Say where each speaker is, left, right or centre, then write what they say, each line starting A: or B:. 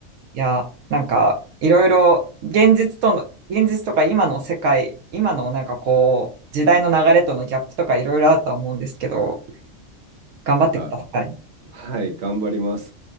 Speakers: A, on the right; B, on the right.
A: いや、なんかいろいろ現実との、現実とか今の世界、今のなんかこう、時代の流れとのギャップとかいろいろあるとは思うんですけど、頑張ってください。
B: なんか、はい、頑張ります。